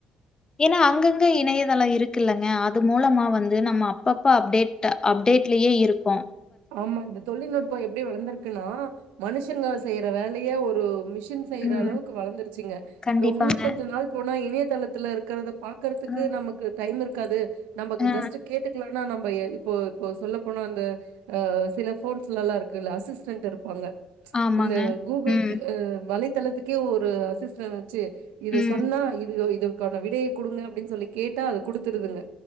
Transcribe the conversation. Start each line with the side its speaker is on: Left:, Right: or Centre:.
Left: ஏன்னா அங்கங்க இணையதெலம் இருக்குல்லங்க அது மூலமா வந்து நம்ம அப்பப்ப அப்டேட் அப்டேட்லயே இருக்கு
Right: ஆமா இந்த தொழில்நுட்போ எப்டி வளர்ந்திருக்குன்னா மனுஷங்க செய்ற வேலைய ஒரு மிஷின் செய்ற
Left: ம்
Right: அளவுக்கு வளந்துருச்சுங்க
Left: கண்டிப்பாங்க
Right: இன்னு கொஞ்ச நாள் போனா இணையதளத்துல இருக்கத பாகறதுக்கு
Left: அ
Right: நமக்கு டைம் இருக்காது நமக்கு
Left: அ
Right: ஜஸ்ட் கேட்டு <unintelligible> போனா நம்ம இப்போ இப்போ சொல்ல போனா அந்த அ சில போன்ஸ்ல எல்லா இருக்குல்ல அசிஸ்டன்ட் இருப்பாங்க
Left: ஆமாங்க
Right: இந்த கூகுள்க்கு
Left: ம்
Right: வலைத்தளத்துக்கே ஒரு அசிஸ்டன் வச்சு இத
Left: ம்
Right: சொன்னா இது இதுக்கான விடைய கொடுங்க அப்டின்னு சொல்லி கேட்டா அது குடுத்துருதுங்க